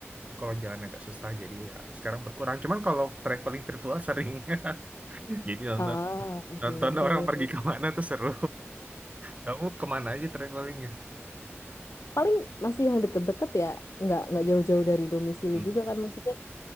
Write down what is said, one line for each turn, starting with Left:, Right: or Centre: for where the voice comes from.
Right: kalau jalan agak susah, jadi ya sekarang berkurang. Cuman kalau traveling virtual sering, <laughs> jadi nonton
Left: Ah, oke
Right: nonton
Left: oke.
Right: orang pergi kemana tuh seru. Kamu kemana aja travelingnya?
Left: Paling masih yang deket-deket ya, nggak nggak jauh-jauh dari domisili
Right: Hmm.
Left: juga kan maksudnya